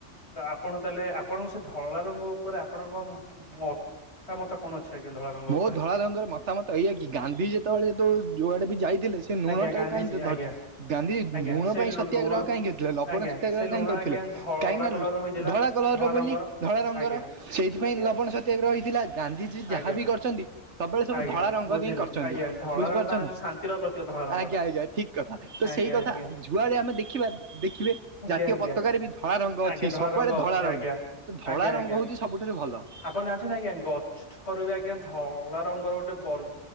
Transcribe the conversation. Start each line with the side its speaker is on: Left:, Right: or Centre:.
Left: ତ ଆପଣ ତାହେଲେ ଆପଣଙ୍କ ସେ ଧଳା ରଙ୍ଗ ଉପରେ ଆପଣଙ୍କ କଣ ମ ମତାମତ କଣ ଅଛି? ଅଛି ଆଜ୍ଞା ଧଳା ରଙ୍ଗ
Right: ମୋ
Left: ଉପରେ?
Right: ଧଳା ରଙ୍ଗର ମତାମତ ଏଇଆ କି ଗାନ୍ଧି ଯେତେବେଳେ ଦୋ ଯୁଆଡ଼େ ବି ଯାଇଥିଲେ ସେ ଲୁଣ
Left: ଆଜ୍ଞା
Right: ଟାକୁ
Left: ଗାନ୍ଧିଜୀ
Right: କାଇଁ ଧରିଥିଲେ
Left: ଆଜ୍ଞା
Right: ଗାନ୍ଧୀ
Left: ଆଜ୍ଞା
Right: ଲୁଣ
Left: ସେ
Right: ପାଇଁ ସତ୍ୟାଗ୍ରହ
Left: ଲୁଣ
Right: କାହିଁକି ହେଇଥିଲା ଲବଣ
Left: ଆଜ୍ଞା
Right: <unintelligible>
Left: ସେ
Right: ର
Left: ଲୁଣ
Right: କାହିଁ କରିଥିଲେ
Left: ଆଜ୍ଞା ଧଳା
Right: କାହିଁକି ନା
Left: କଲର ହୋଇଥିଲା
Right: ଧଳା କଲର ର
Left: ରଙ୍ଗର
Right: ବୋଲି ଧଳା ରଙ୍ଗର
Left: ଆଜ୍ଞା
Right: ସେଇଥିପାଇଁ
Left: ଆଜ୍ଞା
Right: ଲବଣ ସ ତ୍ୟାଗ୍ରହ ହେଇଥିଲା ଗାନ୍ଧିଜୀ
Left: ଆଜ୍ଞା
Right: ଯାହା ଯାହା ବି କରିଛନ୍ତି ସବୁବେଳେ ସବୁ
Left: ଆଜ୍ଞା
Right: ଧଳା ରଙ୍ଗ
Left: ବୁଝିଲି
Right: ନେଇ କରିଛନ୍ତି
Left: ଆଜ୍ଞା ଧଳା
Right: ବୁଝିପାରୁଛ
Left: ରଙ୍ଗ ତା
Right: ନା।
Left: ଶାନ୍ତିର ପ୍ରତୀକ ଧଳା ରଙ୍ଗଟା
Right: ଆଜ୍ଞା ଆଜ୍ଞା ଠିକ କଥା ତ
Left: ଆଜ୍ଞା
Right: ସେଇ କଥା
Left: ଆଜ୍ଞା
Right: ଯୁଆଡ଼େ ଆମେ ଦେଖିବା ଦେଖିବେ
Left: ଆଜ୍ଞା
Right: ଜାତୀୟ
Left: ଆଜ୍ଞା
Right: ପତାକାରେ ବି ଧଳା ରଙ୍ଗ
Left: ଆଜ୍ଞା
Right: ଅଛି
Left: ଧଳା
Right: ସବୁଆଡ଼େ
Left: ରଙ୍ଗ ଅଛି
Right: ଧଳା ରଙ୍ଗ,
Left: ଆଜ୍ଞା
Right: ତ ଧଳା
Left: ଆଜ୍ଞା ଆଜ୍ଞା
Right: ରଙ୍ଗ ହଉଛି ସବୁଠାରୁ ଭଲ।
Left: ଆପଣ ଜାଣିଛନ୍ତି ଆଜ୍ଞା ଗଛରୁ ବି ଆଜ୍ଞା ଧଳା ରଙ୍ଗର ଗୋଟେ ବର୍